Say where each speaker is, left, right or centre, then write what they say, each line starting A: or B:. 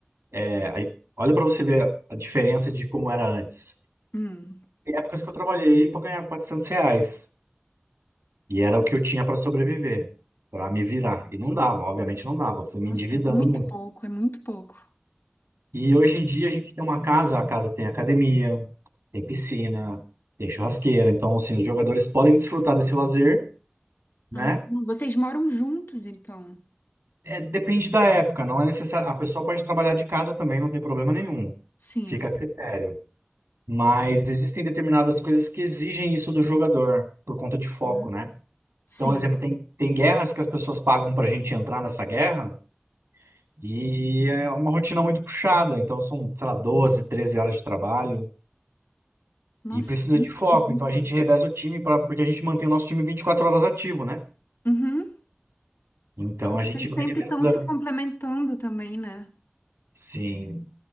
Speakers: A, on the right; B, on the left.
A: é, aí- olha para você ver a diferença de como era antes.
B: Hum.
A: Tem épocas que eu trabalhei para ganhar 400 reais. E era o que eu tinha para sobreviver, para me virar. E não dava, obviamente não dava. Eu fui me
B: Nossa,
A: endividando
B: é muito
A: muito.
B: pouco, é muito pouco.
A: E hoje em dia a gente tem uma casa, a casa tem academia, tem piscina, tem churrasqueira. Então, assim, os jogadores podem desfrutar desse lazer, né?
B: Ah, vocês moram juntos, então?
A: É, depende da época, não é necessário. A pessoa pode trabalhar de casa também, não tem problema nenhum.
B: Sim.
A: Fica a critério. Mas existem determinadas coisas que exigem isso do jogador, por conta de foco,
B: Uhum.
A: né?
B: Sim.
A: Então, exemplo, tem, tem guerras que as pessoas pagam para a gente entrar nessa guerra. E é uma rotina muito puxada, então são, sei lá, 12 13 horas de trabalho
B: Nossa,
A: e precisa
B: há muito
A: de foco.
B: tempo.
A: Então a gente reveza o time pra, porque a gente mantém o nosso time 24 horas ativo, né?
B: Uhum.
A: Então
B: Então
A: a gente
B: vocês
A: vai
B: sempre
A: revezando.
B: estão se complementando também, né?
A: Sim,